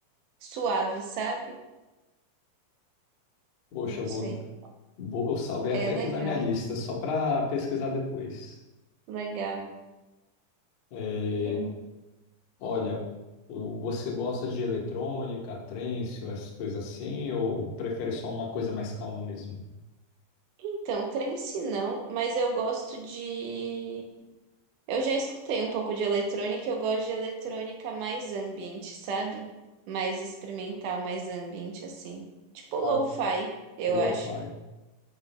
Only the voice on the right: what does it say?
suave, sabe?
Não
sei.
É
legal,
legal.
Que-
Então, trance não, mas eu gosto de. Eu já escutei um pouco de eletrônica, eu gosto de eletrônica mais ambiente, sabe? Mais experimental, mais ambiente assim. Tipo lo-fi,
eu
acho.